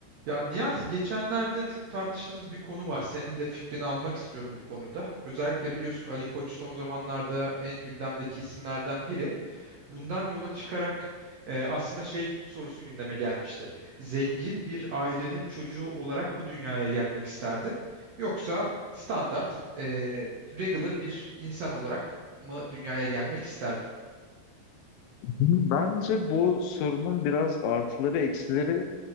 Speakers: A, on the right (about 75°); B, on the left (about 80°).
A: Ya Niyazi geçenlerde çok tartıştığımız bir konu var. Senin de fikrini almak istiyorum bu konuda. Özellikle biliyorsun Ali Koç son zamanlarda en gündemdeki isimlerden biri. Bundan yola çıkarak e, aslında şey sorusu gündeme gelmişti. Zengin bir ailenin çocuğu olarak mı dünyaya gelmek isterdin? Yoksa standart, e, regular bir insan olarak mı dünyaya gelmek isterdin?
B: Şimdi Bence bu sorunun biraz artıları eksileri